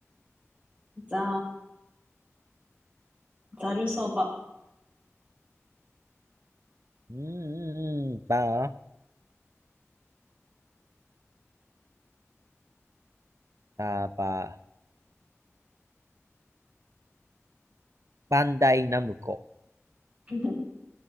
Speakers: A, on the right (about 25°); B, on the right (about 80°).
A: ザ、ザルそば、
B: うんうんうん、ばー、ばーばー、バンダイナムコ、
A: <laughs>